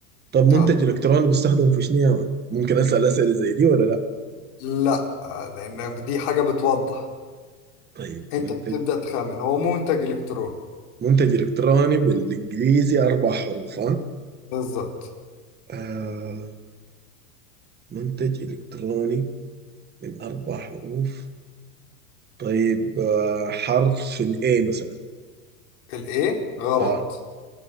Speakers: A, on the right; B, on the left.
A: طب منتج
B: اه
A: إلكتروني بيستخدم في شنو يا مان؟ ممكن أسأل أسئلة زي دي ولا لا؟
B: لا آه، لان دي حاجة بتوضح
A: طيب
B: انت
A: منتج
B: بتبدأ تخمن هو منتج الكتروني
A: منتج إلكتروني بالإنجليزي أربع حروف ها؟
B: بالظبط
A: آه منتج إلكتروني من أربع حروف طيب آه حرف الإيه مثلا
B: الايه غلط
A: آه